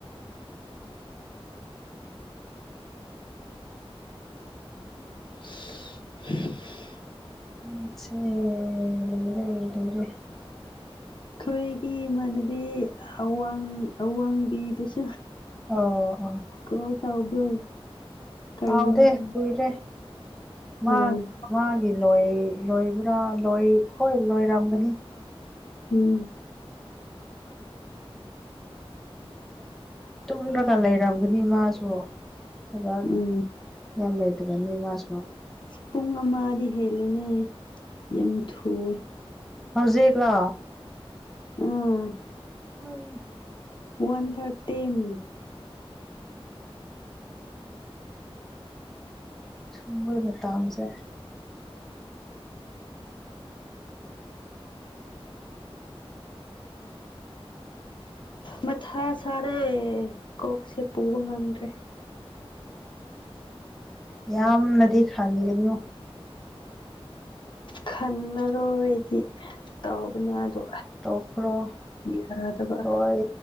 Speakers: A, on the left; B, in the centre.
A: <unintelligible>
B: <unintelligible>
A: ꯑꯩꯈꯣꯏꯒꯤ ꯏꯃꯥꯟꯅꯕꯤ ꯑꯋꯥꯡ ꯑꯋꯥꯡꯕꯤꯗꯨꯁꯨ
B: ꯑꯣ ꯑꯣ
A: ꯀꯣꯜ ꯇꯧꯕ꯭ꯔꯣ ꯀꯔꯤꯌꯥꯗ
B: ꯍꯥꯎꯗꯦ ꯀꯨꯏꯔꯦ
A: ꯑꯣ
B: ꯃꯥ ꯃꯥꯒꯤ ꯂꯣꯏ ꯂꯣꯏꯕ꯭ꯔꯥ ꯂꯣꯏ ꯍꯣꯏ ꯂꯣꯏꯔꯝꯒꯅꯤ
A: ꯎꯝ
B: ꯇꯨꯝꯂꯒ ꯂꯩꯔꯝꯒꯅꯤ ꯃꯥꯁꯨ ꯊꯕꯛ
A: ꯎꯝ
B: ꯌꯥꯝ ꯂꯩꯇꯕꯅꯤ ꯃꯥꯁꯨ
A: ꯄꯨꯡ ꯑꯃꯗꯤ ꯍꯦꯜꯂꯦꯅꯦ ꯌꯥꯝ ꯊꯨꯏꯌꯦ
B: ꯍꯧꯖꯤꯛꯂꯣ
A: ꯎꯝ
B: <unintelligible>
A: ꯋꯥꯟ ꯊꯥꯔꯇꯤꯟ
B: ꯁꯨꯝ ꯃꯣꯏ ꯃꯇꯥꯝꯁꯦ
A: ꯃꯊꯥ ꯁꯥꯔꯦ ꯀꯣꯛꯁꯦ ꯄꯨꯕ ꯉꯝꯗ꯭ꯔꯦ
B: ꯌꯥꯝꯅꯗꯤ ꯈꯥꯡꯒꯅꯨ
A: ꯈꯜꯂꯔꯣꯏꯗꯤ ꯇꯧꯕꯅꯦ ꯑꯗꯣ
B: ꯇꯧꯀ꯭ꯔꯣ
A: ꯌꯥꯗꯕ
B: ꯂꯣꯏ